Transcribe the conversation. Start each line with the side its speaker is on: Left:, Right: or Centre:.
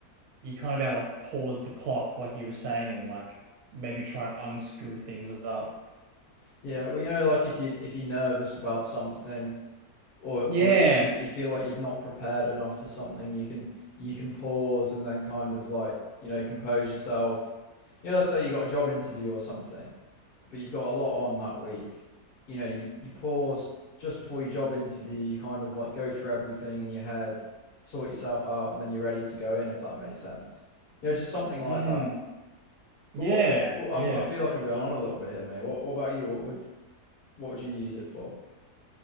Right: you kind of be able to like pause the clock, like you were saying, and like maybe try and unscrew things up.
Left: Yeah, well, you know, like if you if you're nervous about something, or
Right: Yeah,
Left: or you, you feel like you've not prepared enough for something, you can you can pause and then kind of like, you know, compose yourself. You know, let's say you got a job interview or something, but you've got a lot on that week. You know, you, you pause just before your job interview, you kind of like go through everything in your head, sort yourself out, and then you're ready to go in if that makes sense. You know, just something like
Right: mm.
Left: that.
Right: Yeah,
Left: But what, what
Right: yeah.
Left: I'm, I feel like I'm going on a little bit here, mate. What, what about you? What would what would you use it for?